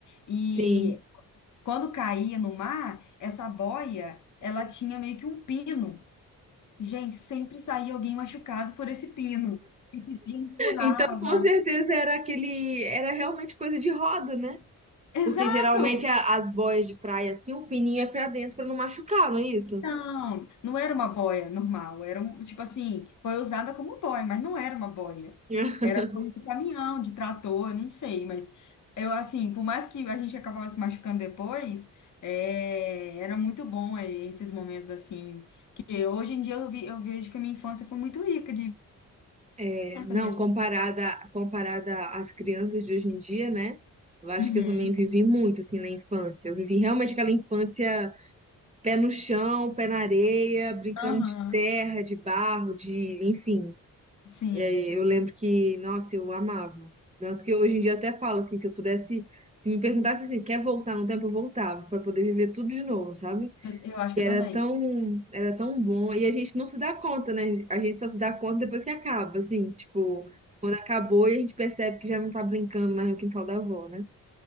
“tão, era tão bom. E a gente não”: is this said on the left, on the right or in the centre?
Right